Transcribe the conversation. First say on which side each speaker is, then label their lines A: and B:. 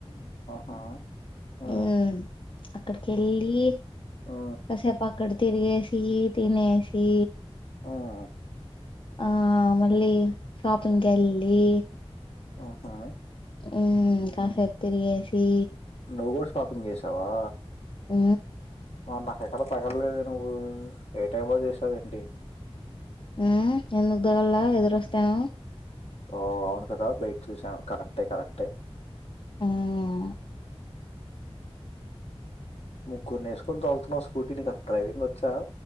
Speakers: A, on the left; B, on the left.
A: ఆహా ఆ
B: ఊ అక్కడికి వెళ్ళి
A: ఆ
B: కాసేపు అక్ అక్కడ తిరిగేసి తినేేసి
A: అవునా
B: ఆ మళ్ళీ షాపింగ్ కెల్లి
A: ఆహా
B: ఊ కాసేపు తిరిగేసి
A: నువ్వు కూడా షాపింగ్ చేసావా
B: ఊ
A: వాల్ల హే తగల్లేదే నువ్వు ఏ టైంలో చేసావేంటి
B: ఊ ఎందుకుదగల్లా ఎదురొస్తేను
A: ఓ అవును కదా బయట చూసాను కరెక్టే కరెక్టే
B: మ్
A: ముగ్గుర్నేసుకొని తోలుతున్నావు స్కూటి నీకు అసలు డ్రైవింగ్ వచ్చా